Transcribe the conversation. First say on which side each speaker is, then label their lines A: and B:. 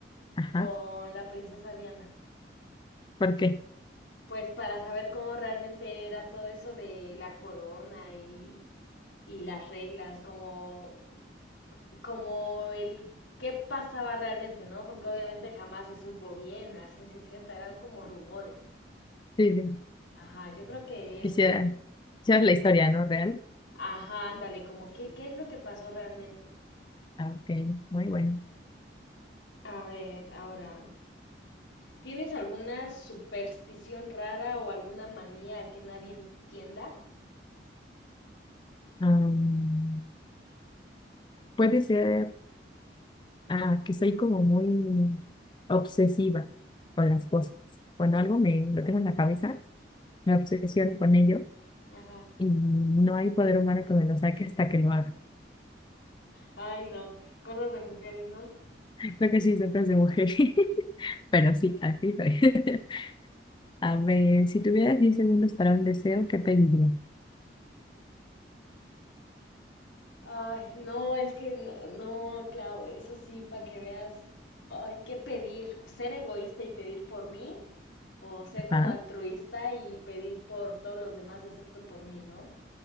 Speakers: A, on the left; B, on the left.
A: Ajá,
B: con la princesa Diana.
A: ¿por qué?
B: Pues para saber cómo realmente era todo eso de la corona y, y las reglas, como, como el qué pasaba realmente, ¿no? Porque obviamente jamás se supo bien, a ciencia cierta, eran como rumores.
A: Sí, sí,
B: Ajá, yo creo que
A: quisiera,
B: eso.
A: quisiera la historia, ¿no? Real.
B: Ajá, ándale, como que, ¿qué es lo que pasó realmente?
A: Ah, ok, muy bueno.
B: A ver, ahora, ¿tienes alguna superstición rara o alguna manía que nadie entienda?
A: Am, puede ser Ah, que soy como muy obsesiva con las cosas. Cuando algo me lo tengo en la cabeza, me obsesiono con ello
B: Ajá.
A: y no hay poder humano que me lo saque hasta que lo haga.
B: Ay, no, cosas de mujeres, ¿no?
A: <laughs> Creo que sí, son cosas de mujer. <laughs> Pero sí, así soy. <laughs> A ver, si tuvieras diez segundos para un deseo, ¿qué pediría?
B: Ay, no, es que n- no, claro, eso sí, para que veas, ay, ¿qué pedir? O ser egoísta y pedir por mí, o ser como
A: Ajá,
B: altruista y pedir por todos los demás excepto por mí, ¿no?